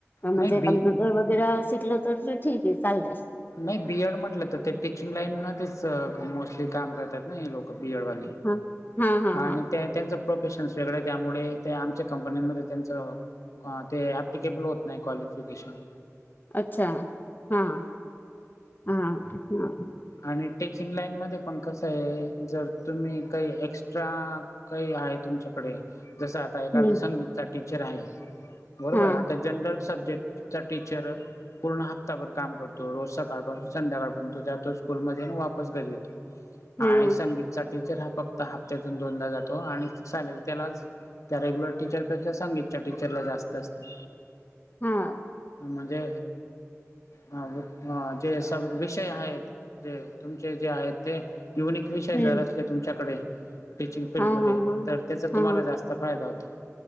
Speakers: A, on the left; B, on the left.
A: म्हणजे
B: नाही बी
A: कमप्युटर वगैरे शिकलं तर ठीक आहे, चालतय.
B: नाही बी एड म्हटलं तर ते टीचिंग लाईन मध्येच मोस्टली काम करतात ना हे लोक. बि एड वाले
A: हा हा हा
B: आणि
A: हा
B: त्या त्यांच प्रोफेशनस वेगळे त्यामुळे आमच्या कंपनी्यांमध्ये त्यांच अ ते ऍप्लिकेबल होत नाही क्वालिफिकेशन.
A: अच्छा! हां हां हां.
B: आणि टीचिंग लाईन मध्ये पण कस आहे जर तुम्ही काही एक्स्ट्रा.. काही आहे तुमच्याकडे जस आ एखादा
A: हम्म
B: संगीत चा टीचर आहे, बरोबर
A: हा
B: आता जनरल सब्जेक्ट टीचर पूर्ण हप्ताभर काम करतो. रोज सकाळपासून संध्याकाळपर्यत जातोच. स्कूल मध्ये आणि वापस घरी येतो
A: हम्म
B: आणि संगीत टीचर हा हप्ता हप्त्यातून दोनदा जातो आणि सॅलरी त्यालाच त्या रेग्युलर टीचरपेक्षा संगीतच्या टीचरला जास्त असते.
A: हा
B: म्हणजे अ जे स विषय आहेत. जे तुमचे जे आहेत ते युनिक विषय
A: हम्म
B: जर असले तुमच्याकडे. टीचिंग फीलडमध्ये
A: हा हा
B: तर त्याचा तुम्हाला
A: हा हा
B: जास्त फायदा होता.